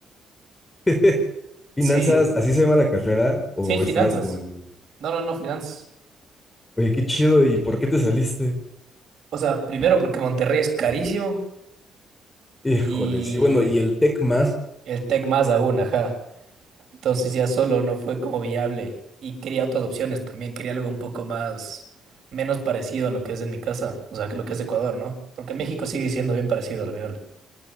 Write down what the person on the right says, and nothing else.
Sí,
sí, finanzas.
No, no, no, finanzas.
O sea, primero porque Monterrey es carísimo
y
el Tec más aún, ajá. Entonces ya solo no fue como viable y quería otras opciones también, quería algo un poco más, menos parecido a lo que es en mi casa, o sea, que lo que es de Ecuador, ¿no? Porque México sigue siendo bien parecido al final.